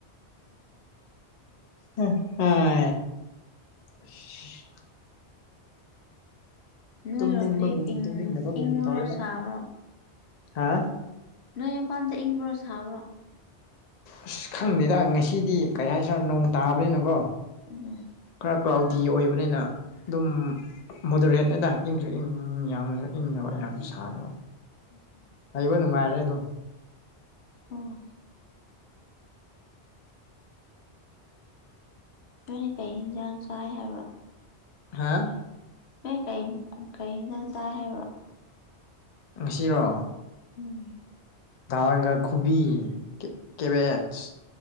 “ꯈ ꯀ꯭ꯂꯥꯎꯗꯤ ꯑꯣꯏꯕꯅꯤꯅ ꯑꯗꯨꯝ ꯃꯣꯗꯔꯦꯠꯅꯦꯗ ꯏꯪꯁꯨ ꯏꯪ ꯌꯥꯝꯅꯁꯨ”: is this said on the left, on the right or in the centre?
Left